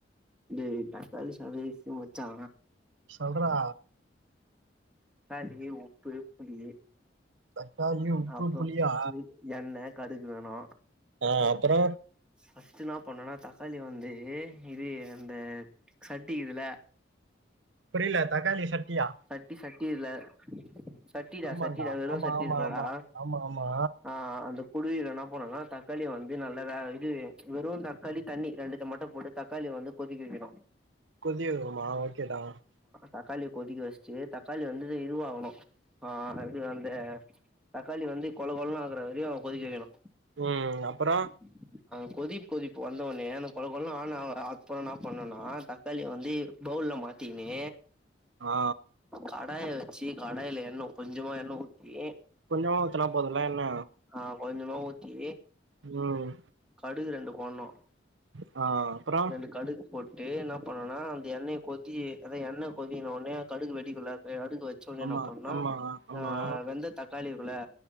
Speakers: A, in the centre; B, on the right.
A: டோய் தக்காளி சாதெ ஈசி மச்சா
B: சொல்றா
A: தக்களி உப்பு புளி
B: தக்காளி உப்பு
A: அப்றோ
B: புளியா
A: புளி எண்ணெ கடுகு வேணோ
B: ஆ அப்புறோ
A: ஃபர்ஸ்ட் நா பண்ணோனா தக்காளி வந்து இது அந்த சட்டி கீதுல
B: புரியல தக்காளி சட்டியா
A: சட்டி சட்டி இல்ல சட்டிடா
B: ஆமாண்டா
A: சட்டிடா வெறூ
B: ஆமா
A: சட்டி
B: ஆமா
A: இருக்கு இல்லடா
B: ஆமா ஆமா ஆமா
A: ஆ அந்தக் குடுவில்ல என்னா போனோன்னா தக்காளிய வந்து நல்லா வே இது வெறூ தக்காளி தண்ணி ரெண்டுத்த மட்டு போட்டு தக்காளிய வந்து கொதிக்க வெக்கினோ
B: கொதிக்க வெக்கினமா ஓகேடா
A: தக்காளிய கொதிக்க வெஸ்சிட்டு தக்காளி வந்து இதுவாகணும் ஆ அது அந்த தக்காளி வந்து கொள கொளன்னு ஆக்குற வரைக்கூ கொதிக்க வெக்கணோ
B: ம் அப்றோ
A: ம் அ கொதிப் கொதிப் வந்தவுட்னே அந்த கொள கொளன்னூ ஆன அப்புறோ நா பண்ணோனா தக்காளிய வந்து பவுல்ல மாத்திக்கின்னூ
B: ஆ
A: கடாய வெச்சி கடாயில எண்ணெ கொஞ்சமா எண்ணே ண ‌ஊத்தி
B: கொஞ்சமா ஊத்துனா போதுல என்ன
A: ஆ கொஞ்சமா ஊத்தி
B: ம்
A: கடுகு ரெண்டு பேட்ணோ
B: ஆ அப்பறோ
A: ரெண்டு கடுகு போட்டு என்னா பண்ணோனா அந்த எண்ணெய கொதி அதா எண்ணெ கொதிக்ன உட்னே கடுகு வெடிக்குள்ளா கடுகு வெச்சுட்னே என்னா
B: ஆமா
A: பண்ணோ
B: ஆமா ஆமா
A: ஆ வெந்த தக்காளி இருக்குல்ல